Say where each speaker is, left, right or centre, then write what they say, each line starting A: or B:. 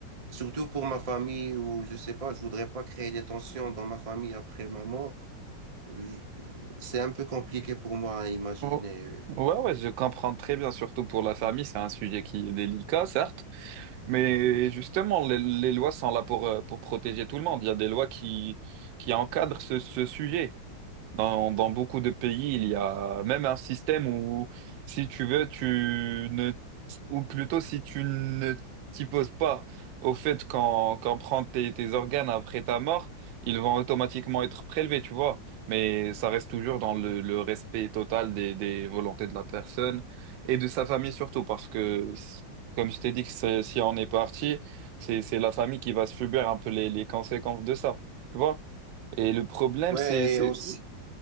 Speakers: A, on the right; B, on the right.
A: surtout pour ma famille ou je sais pas, je voudrais pas créer des tensions dans ma famille après ma mort. Je- C'est un peu compliqué pour moi à imaginer.
B: Oh. Ouais, ouais, je comprends très bien, surtout pour la famille, c'est un sujet qui est délicat, certes, mais justement, les, les lois sont là pour, euh, pour protéger tout le monde. Il y a des lois qui, qui encadrent ce, ce sujet. Dans, dans beaucoup de pays, il y a même un système où, si tu veux, tu ne, ou plutôt si tu ne t'y poses pas au fait qu'en qu'en prend tes, tes organes après ta mort, ils vont automatiquement être prélevés, tu vois. Mais ça reste toujours dans le, le respect total des, des volontés de la personne et de sa famille surtout, parce que, comme je t'ai dit, que c'est- si on est parti, c'est, c'est la famille qui va subir un peu les, les conséquences de ça, tu vois. Et le problème,
A: Ouais,
B: c'est, c'est
A: et aussi.